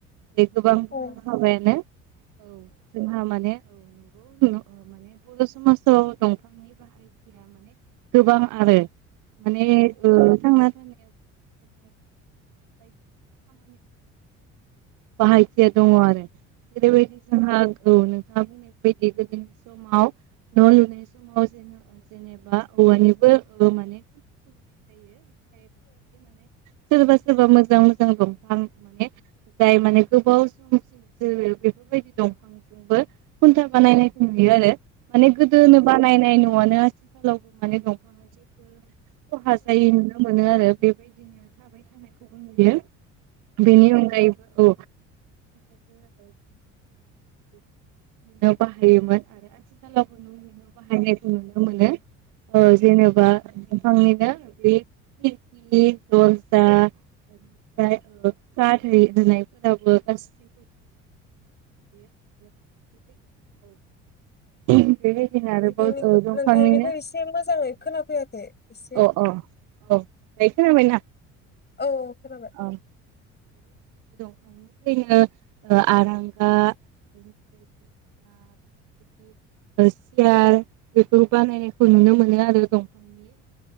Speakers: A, on the right; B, on the left.
A: <unintelligible>
B: औ
A: जोंहा माने <unintelligible> गोबां <unintelligible> ओ माने थांना <unintelligible> बाहायथिया दङ आरो <unintelligible> <unintelligible> <unintelligible> माने सोरबा सोरबा मोजां मोजां दंफां माने जाय माने गोबाव समसिमसो बेफोरबायदि दंफां बो खुन्था बानायनाय नुयो आरो। माने गोदोनो बानायनाय न आनो आथिखालावबो माने दंफां मफोर <unintelligible> नुनो मोनो आरो बेबादिनो थाबाय लानायखौबो नुयो। बिनि अनगायैबो औ <unintelligible> <unintelligible> ओ जेनबा <unintelligible> <unintelligible> <unintelligible> बेबायदिनो आरोबाव
B: नोंथांनिखौ
A: दंफांनिनो
B: नोंथांनिखौ एसे मोजाङै खोनाफैयाखै? एसे
A: अ अ औ दायो खोनाबायना
B: औ औ खोनाबाय
A: औ औ <unintelligible> आरांगा <unintelligible> <unintelligible> सियार, बेफोर बानायनायखौ नुनो मोनो आरो। दंफांनिफ्राय